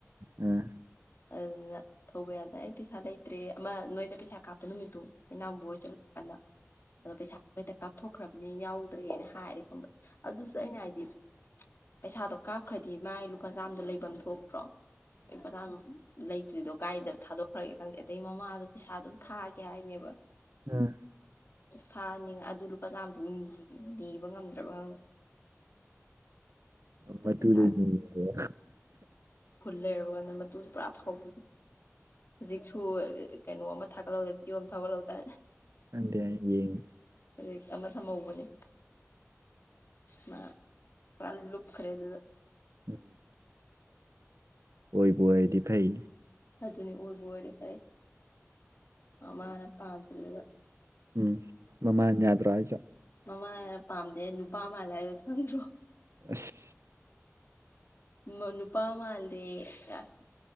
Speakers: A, on the right; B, on the left.
A: ꯎꯝ
B: ꯑꯗꯨꯅ ꯊꯧꯕ ꯌꯥꯗꯅ ꯑꯩ ꯄꯩꯁꯥ ꯂꯩꯇ꯭ꯔꯦ ꯑꯃ ꯅꯣꯏꯗ ꯄꯩꯁꯥ ꯀꯥꯞꯄ ꯅꯨꯃꯤꯠꯇꯣ ꯃꯤꯅꯥꯕ ꯑꯣꯏ ꯆꯠꯂꯨ ꯀꯥꯟꯗ ꯑꯗꯣ ꯄꯩꯁꯥ ꯅꯣꯢꯗ ꯀꯥꯞꯊꯣꯛꯈ꯭ꯔꯕꯅꯤ ꯌꯥꯎꯗ꯭ꯔꯦꯅ ꯍꯥꯏꯔꯦ ꯈꯪꯕ꯭ꯔꯥ ꯑꯗꯨꯁꯨ ꯑꯩꯅ ꯍꯥꯏꯗꯤ ꯄꯩꯁꯥꯗꯣ ꯀꯥꯞꯈ꯭ꯔꯗꯤ ꯃꯥꯥꯏ ꯂꯨꯄꯥ ꯆꯥꯝꯃꯗꯣ ꯂꯩꯐꯝ ꯊꯣꯛꯄ꯭ꯔꯣ ꯂꯨꯄꯥ ꯆꯥꯃ ꯂꯩꯇ꯭ꯔꯤꯗꯣ ꯀꯥꯏꯗ ꯊꯥꯗꯣꯛꯈ꯭ꯔꯒꯦ ꯈꯪꯗꯦ ꯑꯗꯩ ꯃꯃꯥꯗ ꯄꯩꯁꯥ ꯑꯗꯨꯝ ꯊꯥꯒꯦ ꯍꯥꯏꯅꯦꯕ
A: ꯑꯝ
B: ꯊꯥꯅꯤꯡꯉ ꯑꯗꯨ ꯂꯨꯄꯥ ꯆꯥꯝꯃꯗꯨ ꯅꯤꯕ ꯉꯝꯗ꯭ꯔꯕ ꯈꯪꯗ꯭ꯔꯦ
A: ꯑ ꯃꯇꯨꯗꯒꯤ
B: ꯄꯩꯁꯥꯒꯤ
A: ꯅꯤꯔꯦꯌꯦ
B: ꯂꯩꯔꯝꯒꯅꯨ ꯃꯇꯨꯁꯨ ꯄꯨꯔꯥ ꯑꯐꯥꯎꯕꯤ ꯍꯧꯖꯤꯛꯁꯨ ꯀꯩꯅꯣ ꯑꯃ ꯊꯥꯒꯠꯍꯧꯗꯥꯏ ꯚꯤꯗꯤꯑꯣ ꯑꯃ ꯊꯥꯒꯠꯍꯧꯗꯥꯏ
A: ꯈꯪꯗꯦ ꯑꯩ ꯌꯦꯡꯗꯦ
B: ꯍꯧꯖꯤꯛ ꯑꯃ ꯊꯝꯍꯧꯕꯅꯦ ꯃꯥ ꯄꯨꯔꯥ ꯂꯨꯞꯈ꯭ꯔꯦ ꯑꯗꯨꯗ
A: ꯎꯝ ꯑꯣꯏꯕꯨ ꯑꯣꯏꯔꯗꯤ ꯐꯩ
B: ꯑꯗꯨꯅꯤ ꯑꯣꯏꯕꯨ ꯑꯣꯏꯔꯗꯤ ꯐꯩ ꯃꯃꯥꯅ ꯄꯥꯝꯗ꯭ꯔꯤꯗꯨꯒ
A: ꯎꯝ ꯃꯃꯥꯅ ꯌꯥꯗ꯭ꯔꯣ ꯍꯥꯏꯖꯦ
B: ꯃꯃꯥꯅ ꯄꯥꯝꯗꯦ ꯅꯨꯄꯥ ꯃꯥꯜꯂꯦ ꯍꯥꯏꯗꯣ ꯈꯪꯗ꯭ꯔꯣ
A: ꯑꯁ
B: ꯃ ꯅꯨꯄꯥ ꯃꯥꯥꯟꯗꯦ ꯑꯥꯁ